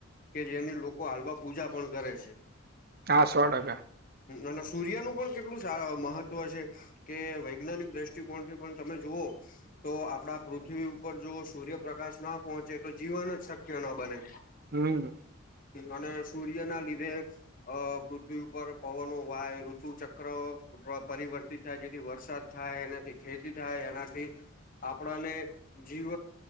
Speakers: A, on the left; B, on the right.
A: કે જેની લોકો હાલવા પૂજા પણ કરે છે.
B: કા સો ટકા.
A: અને સૂર્યનું પણ કેટલું સા મહત્ત્વ છે. કે વૈજ્ઞાનિક દ્રષ્ટિકોણથી પણ તમે જુઓ તો આપણા પૃથ્વી ઉપર જો સૂર્યપ્રકાશ ના પહોંચે તો જીવન જ શક્ય ના બને.
B: હમ
A: અને સૂર્ય ના લીધે અ પૃથ્વી ઉપર પવનો વાય, ઋતુ ચક્ર પરિવર્તિત થાય જેથી વરસાદ થાય એનાથી ખેતી થાય એનાથી આપણાને જીવ